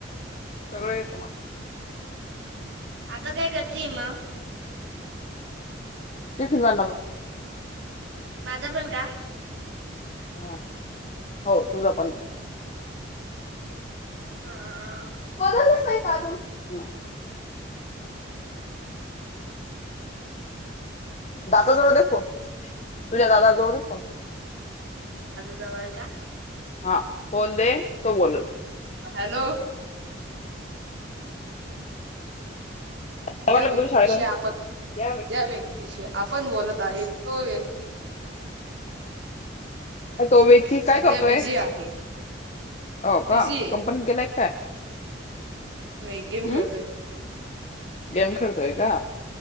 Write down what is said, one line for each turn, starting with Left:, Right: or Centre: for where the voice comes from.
Left: सगळे समाप...
Right: आता काय करते मग...
Left: टिफन बवन
Right: माझा पण का...
Left: हा हो तुझ पण...
Right: ह..
Left: बघतच नाही कार्टून.... दादाजवळ दे फोन तुझ्या दादाजवळ फोन...
Right: जवळ का...
Left: हा, फोन दे, तो बोलल...
Right: हॅलो... ज्या
Left: आवरलं
Right: व्यक्तींशी
Left: का तुझ्या शाळेचं?
Right: आपण...
Left: या व्यक्ती
Right: ज्या व्यक्तीशी आपण बोलत आहे तो व्यक्ती...
Left: तो व्यक्ती काय
Right: सध्या
Left: करतोय?
Right: बिझी आहे
Left: हो
Right: बिझी
Left: का?
Right: आहे
Left: कंपनीत गेलाय की काय?
Right: नाही, गेम
Left: हम्
Right: खेळतोय...
Left: गेम खेळतोय का?